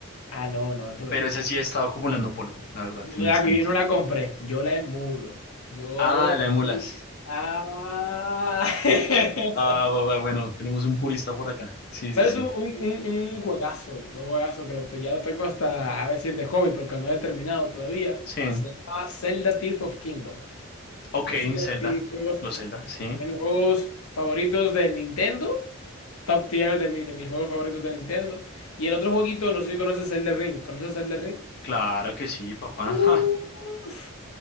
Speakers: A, on the left; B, on the left.
A: Ah, no, no, tú ves.
B: pero esa sí he estado acumulando polvo, la verdad,
A: Yo,
B: en
A: no
B: mi
A: la,
B: estante.
A: yo no la compré, yo la emulo. Yo.
B: Ah, la emulas.
A: Ah. <laughs>
B: Ah, bu- bu- bueno, tenemos un purista por acá. Sí,
A: ¿Sabes?
B: sí, sí.
A: Un, un, un- un juegazo, un juegazo que lo- ya lo tengo hasta, a decir, de hobby, porque no lo he terminado todavía.
B: Sí.
A: Se llama Zelda Tears of Kingdom.
B: Ok,
A: Es uno
B: Zelda,
A: de mis juegos,
B: los Zelda, sí.
A: de mis juegos favoritos de Nintendo, top tier de, mi- de mis juegos favoritos de Nintendo. Y el otro jueguito, no sé si conoces Zelda Ring. ¿Conoces Zelda Ring?
B: Claro que sí, papá.
A: Uf.
B: <laughs>